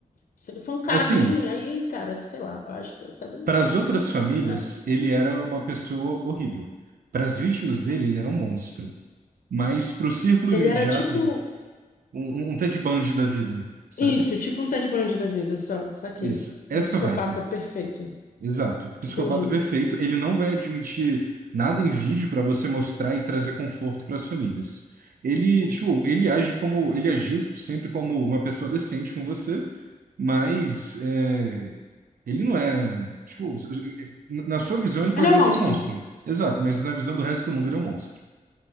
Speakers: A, on the left; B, on the right.
A: Se ele for um cara
B: Assim,
A: ruim, aí, cara, sei lá, eu acho que eu até denunciaria.
B: para as outras
A: <laughs>
B: famílias, ele era uma pessoa horrível. Para as vítimas dele, ele era um monstro. Mas para o círculo
A: Ele
B: imediato,
A: era tipo
B: um, um um Ted Bundy da vida, sabe?
A: isso, tipo um Ted Bundy da vida, só, saquei.
B: Isso, essa
A: Um psicopata
B: vibe.
A: perfeito.
B: Exato. Psicopata
A: Entendi.
B: é perfeito. Ele não vai admitir nada em vídeo para você mostrar e trazer conforto para as famílias. Ele, tipo, ele age como, ele agiu sempre como uma pessoa decente com você, mas é, ele não é, tipo, na sua visão ele pode
A: Ele é um
B: não
A: monstro.
B: ser um monstro. Exato, mas na visão do resto do mundo ele é um monstro.